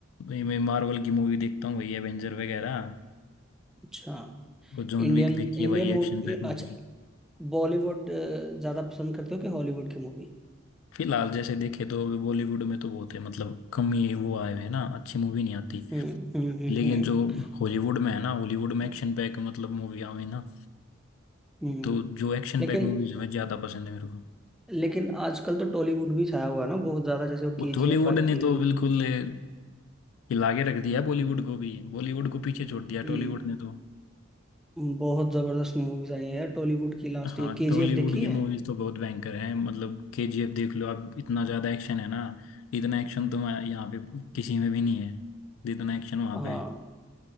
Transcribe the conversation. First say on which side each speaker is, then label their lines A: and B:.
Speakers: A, on the left; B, in the centre.
A: भाई मैं मार्वल की मूवी देखता हूँ भाई एवेंजर वगैरह
B: अच्छा
A: और जॉन
B: इंडियन
A: विक देखी
B: इंडियन
A: है भाई
B: मूवी
A: एक्शन पैक मूवी
B: अच्छा बॉलीवुड अ, ज्यादा पसंद करते हो कि हॉलीवुड की मूवी
A: फिलहाल जैसे देखे तो अभी बॉलीवुड में तो बहुत है मतलब कम ही वो आए हैं ना अच्छी मूवी नहीं आती
B: हम्म हम्म हम्म
A: लेकिन
B: हम्म
A: जो हॉलीवुड में है ना हॉलीवुड में एक्शन पैक मतलब मूवी आवे ना
B: हम्म।
A: तो जो एक्शन
B: लेकिन
A: पैक मूवीज हैं ज्यादा पसंद है मेरे को
B: लेकिन आजकल तो टॉलीवुड भी छाया हुआ है ना बहुत ज्यादा जैसे वो
A: वो
B: केजीएफ
A: टॉलीवुड
B: आई थी
A: ने तो बिल्कुल ए, हिला के रख दिया बॉलीवुड को भी बॉलीवुड को पीछे छोड़ दिया
B: हम्म
A: टॉलीवुड ने तो
B: बहुत जबरदस्त मूवीज आई हैं यार टॉलीवुड की लास्ट
A: हाँ
B: ये केजीएफ
A: टॉलीवुड
B: देखी
A: की
B: है
A: मूवीज तो बहुत भयंकर हैं मतलब केजीएफ देख लो आप इतना ज्यादा एक्शन है ना इतना एक्शन तो वहाँ- यहाँ पे किसी में भी नहीं है जितना एक्शन वहाँ
B: हाँ
A: पे है